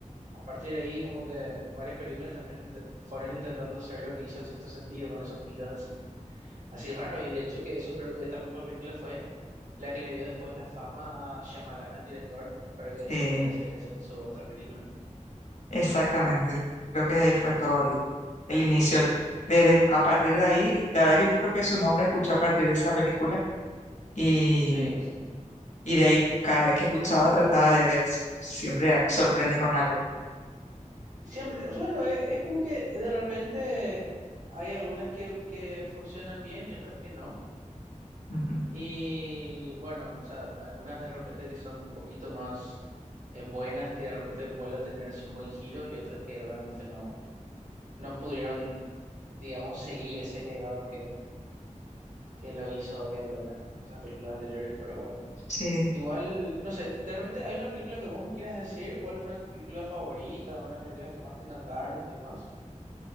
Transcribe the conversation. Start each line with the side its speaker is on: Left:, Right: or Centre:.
Right: A partir de ahí, como que varias películas también int- fueron intentando hacer lo que hizo El Sexto Sentido con esos giros así, así raros. Y de hecho que eso creo que esta misma película fue la que le dio después la fama a Shyamalan, el director, para que después
Left: eh,
Right: pudiera seguir haciendo sus otras películas.
Left: exactamente, creo que de ahí fue todo el, el inicio. Desde, a partir de ahí, la verdad que yo creo que su nombre escuché a partir de esa película y,
Right: Sí, sí.
Left: y de ahí cada vez que escuchaba trataba de ver, su- siempre ac- sorprende con algo.
Right: Siempre, bueno, e- es como que de repente hay algunas que, que funcionan bien y otras que no.
Left: Ujú.
Right: Y bueno, o sea, algunas de repente que son un poquito más eh, buenas, que de repente vuelve a tener así un buen giro, y otras que realmente no, no pudieron, digamos, seguir ese legado que, que lo hizo él, ¿verdad? En Esas películas anteriores, pero bueno.
Left: Sí,
Right: Igual, no sé, de repente hay una película que vos me quieras decir, ¿cuál es una de tus películas favoritas, una de las películas que más te encantaron y demás?